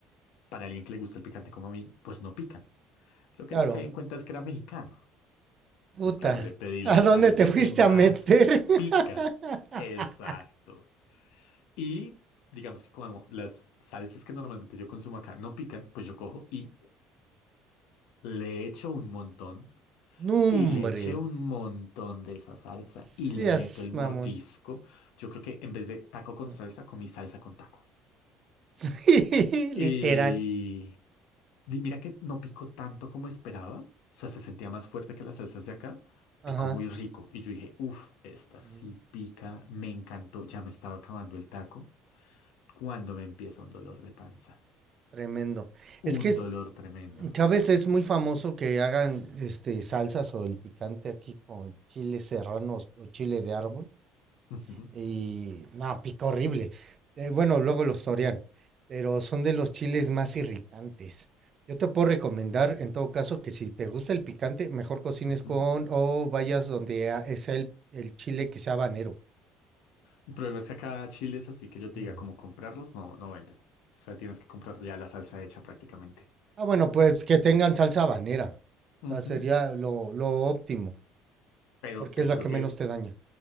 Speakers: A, on the left; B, on the right.
A: para alguien que le gusta el picante como a mí, pues no pican. Lo que
B: Claro,
A: no caí en cuenta es que era mexicano. Entonces,
B: puta,
A: claro, le pedí
B: ¿a
A: la salsa
B: dónde te fuiste
A: que más
B: a meter? <laughs>
A: pica. Exacto. Y digamos que como las salsas que normalmente yo consumo acá no pican, pues yo cojo y le echo un montón.
B: Nombre,
A: y le eché un montón de esa salsa
B: seas
A: y le meto el
B: mamón.
A: mordisco. Yo creo que en vez de taco con
B: <laughs>
A: salsa, comí salsa con taco.
B: Sí,
A: Y
B: literal.
A: di- mira que no picó tanto como esperaba. O sea, se sentía más fuerte que las salsas de acá.
B: Ajá.
A: Picó muy rico. Y yo dije, uff, esta sí
B: Mm,
A: pica. Me encantó. Ya me estaba acabando el taco. Cuando me empieza un dolor de panza.
B: Tremendo. Es
A: Un
B: que, es-
A: dolor tremendo.
B: ¿sabes? Es muy famoso que hagan este salsas o el picante aquí con chiles serranos o chile de árbol.
A: Ujú,
B: Y no, pica horrible. Eh, bueno, luego los torean, pero son de los chiles más irritantes. Yo te puedo recomendar, en todo caso, que si te gusta el picante, mejor cocines
A: ujú.
B: con o vayas donde a- sea el, el chile que sea habanero.
A: El problema es que acá Chile es así que yo te
B: Mm.
A: diga como comprarlos, no, no venden. O sea, tienes que comprar ya la salsa hecha prácticamente.
B: Ah, bueno, pues que tengan salsa habanera.
A: Ujú.
B: O sea, sería lo, lo óptimo,
A: Pero
B: porque
A: te
B: es
A: juro
B: la que
A: que
B: menos te daña.